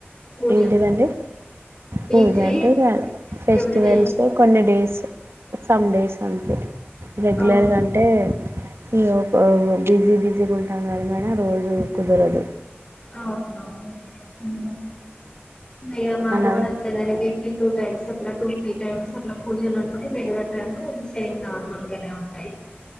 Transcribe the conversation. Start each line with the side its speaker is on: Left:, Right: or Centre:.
Left: పూజ
Right: ఏంటిదండి
Left: వీక్లీ
Right: పూజ అంటే ఇంగ ఫెస్టివల్స్
Left: ఎవ్రీ డే చేస్తాం
Right: కొన్ని డేస్ సమ్ డేస్ అంతే రెగ్యులర్గా
Left: ఓకే
Right: అంటే ఇంగ బిజీ బిజీగా ఉంటాం కదా మేడం రోజు కుదరదు
Left: అవునవును హు మేము మాది
Right: అలా
Left: కూడా అంతేలెండి వీక్లీ టూ టైమ్స్ అట్లా టూ త్రీ టైమ్స్ అట్లా పూజలు ఉంటాయి మేము మేము ఇది సేమ్ నార్మల్గానే ఉంటాయి